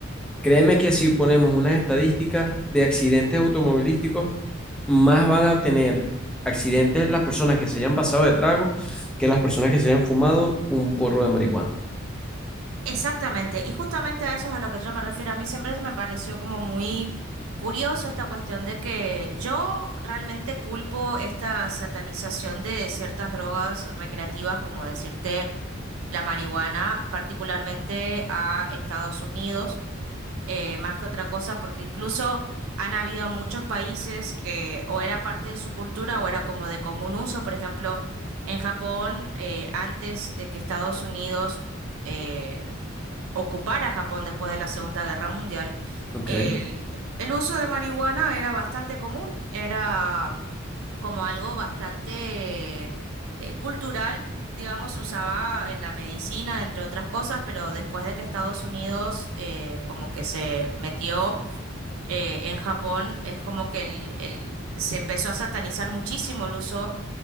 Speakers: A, in the centre; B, on the right (about 85°).
A: créeme que si ponemos unas estadísticas de accidentes automovilísticos, más van a tener accidentes las personas que se hayan pasado de trago que las personas que se hayan fumado un porro de marihuana.
B: Exactamente, y justamente a eso es a lo que yo me refiero. A mí siempre se me pareció como muy curioso esta cuestión de que yo realmente culpo esta satanización de ciertas drogas recreativas, como decirte. la marihuana, particularmente a Estados Unidos, eh, más que otra cosa, porque incluso han habido muchos países que o era parte de su cultura o era como de común uso. Por ejemplo, en Japón, eh, antes de que Estados Unidos eh, ocupara Japón después de la Segunda Guerra Mundial,
A: Ok.
B: el, el uso de marihuana era bastante común, era como algo bastante eh, cultural, digamos, se usaba en la medicina, entre otras cosas, pero después de que Estados Unidos eh, como que se metió eh, en Japón es como que el, el- se empezó a satanizar muchísimo el uso